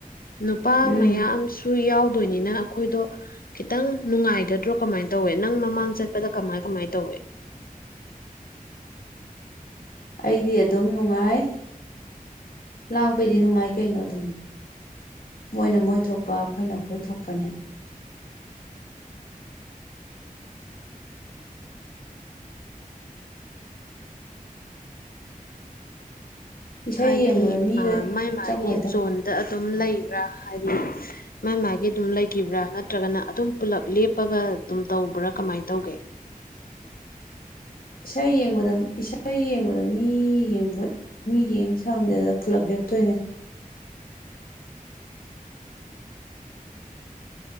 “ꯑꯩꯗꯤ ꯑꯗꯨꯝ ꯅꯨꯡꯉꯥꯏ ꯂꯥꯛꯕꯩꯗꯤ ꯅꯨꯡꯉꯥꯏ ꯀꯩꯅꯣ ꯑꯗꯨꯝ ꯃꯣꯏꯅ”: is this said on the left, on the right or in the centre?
Left